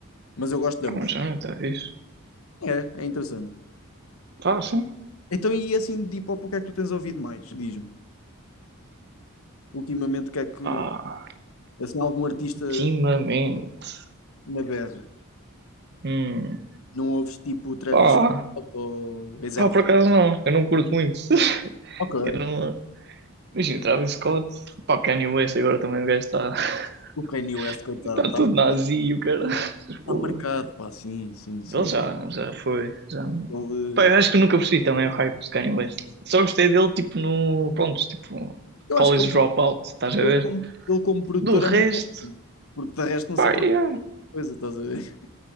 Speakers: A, on the left; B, on the right.
A: Mas eu gosto de
B: Ah,
A: ambos.
B: um género, talvez.
A: É, é interessante.
B: Tá, sim.
A: Então, e assim de hip hop, o que é que tu tens ouvido mais? Diz-me. Ultimamente, o que é que.
B: Ah,
A: Assim, algum artista
B: ultimamente.
A: na berra?
B: Hum.
A: Não ouves tipo o Travis
B: Pá.
A: Scott ou A$AP
B: Pá, por
A: Rock?
B: acaso não. Eu não curto muito. <laughs>
A: Ok.
B: Eu não, Imagina, Travis Scott, pá, Kanye West agora também o gajo está <laughs>
A: O Kanye West, coitado,
B: está
A: está
B: todo
A: marcado.
B: nazi e o cara. <laughs>
A: Está
B: Porra.
A: marcado, pá, sim, sim, sim.
B: Ele já, já foi. Já...
A: Ele,
B: Pá, eu acho que nunca percebi também o hype do Kanye West. Só gostei dele tipo no. Pronto, tipo,
A: eu
B: College
A: acho que ele,
B: Dropout, estás a
A: ele,
B: ver?
A: como, ele como produtor
B: Do resto,
A: é muito bom, porque de resto não
B: pá,
A: se aprende
B: yeah.
A: coisa, estás a ver?